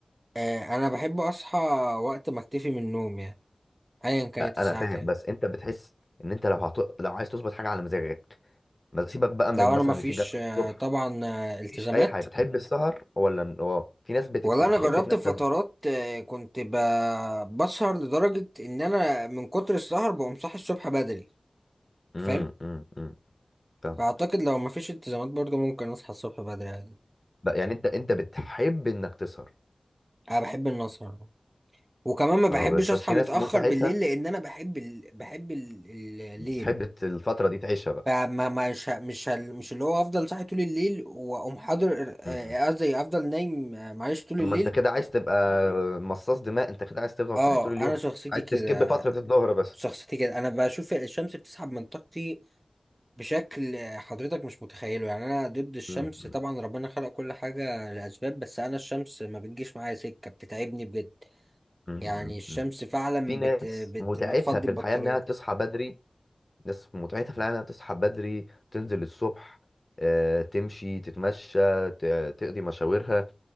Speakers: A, on the right (about 25°); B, on the left (about 35°).
A: آه أنا بحب أصحى وقت ما أكتفي من النوم يعني أيا كانت
B: أ-
A: الساعة
B: انا فاهم
A: كام
B: بس انت بتحس ان انت لو هت... لو عايز تظبط حاجة على مزاجك ما- سيبك بقى
A: ده
B: من
A: انا
B: مثلا
A: مفيش
B: ان في جامعة
A: آه،
B: الصبح
A: طبعا آه، التزامات
B: مفيش اي حاجه بتحب السهر ولا اه في ناس بت...
A: ولا
B: بتحب
A: انا جربت
B: تنام
A: فترات
B: بدري
A: آه، كنت ب- بسهر لدرجة ان انا من كتر السهر بقوم صاحي الصبح بدري
B: امم
A: فاهم
B: امم أمم. فاهم
A: فاعتقد لو مفيش التزامات برضو ممكن اصحى الصبح بدري عادي
B: بقى يعني انت انت بتحب انك تسهر
A: انا بحب ان اسهر وكمان ما بحبش
B: اه بس
A: اصحى
B: بس في
A: متأخر
B: ناس متعتها
A: بالليل لان انا بحب ال... بحب ال... ال- الليل
B: بتحب ت- الفتره دي تعيشها بقى
A: فما مش ه- مش ه- مش اللي هو افضل صاحي طول الليل واقوم حاضر آه،
B: امم
A: قصدي افضل نايم آه، معلش طول
B: طب
A: الليل
B: ما انت كده عايز تبقى مصاص دماء انت كده عايز تفضل
A: اه
B: صاحي طول اليوم
A: انا شخصيتي
B: عايز
A: كده
B: تسكيب فتره الظهر بس
A: شخصيتي كده انا بشوف الشمس بتسحب من طاقتي بشكل حضرتك مش متخيله يعني انا ضد الشمس
B: امم أمم.
A: طبعا ربنا خلق كل حاجة لأسباب بس انا الشمس ما بتجيش معايا سكة بتتعبني بجد
B: أمم.
A: يعني الشمس
B: أمم.
A: فعلا
B: في ناس
A: بت بت
B: متعتها
A: بتفضي
B: في
A: البطارية
B: الحياه انها تصحى بدري ناس متعتها في الحياه انها تصحى بدري تنزل الصبح آه، تمشي تتمشى ت- تقضي مشاويرها